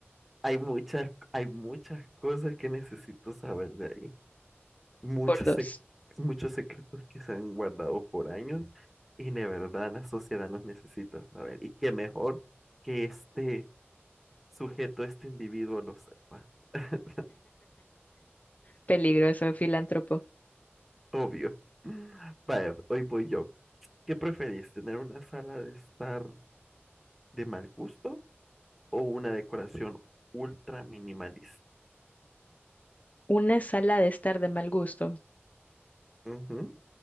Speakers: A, in the centre; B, on the left.
A: Hay muchas, hay muchas cosas que necesito saber de ahí. Muchos,
B: Por dos,
A: sec- muchos secretos que se han guardado por años y de verdad la sociedad los necesita saber. Y qué mejor que este sujeto, este individuo lo sepa. <laughs>
B: peligroso filántropo.
A: Obvio. Vaya, hoy voy yo. ¿Qué preferís, tener una sala de estar de mal gusto o una decoración ultra minimalista?
B: ¿Una sala de estar de mal gusto
A: Ujú,